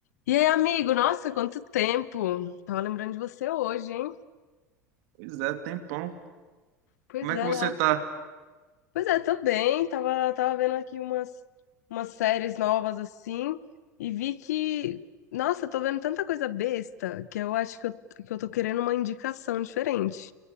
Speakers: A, on the left; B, on the right.
A: E aí, amigo? Nossa, quanto tempo! Tava lembrando de você hoje, hein?
B: Pois é, tempão.
A: Pois
B: Como é
A: é,
B: que você tá?
A: pois é, tô bem. Tava, tava vendo aqui umas, umas séries novas assim e vi que, nossa, tô vendo tanta coisa besta que eu acho que eu, que eu tô querendo uma indicação diferente.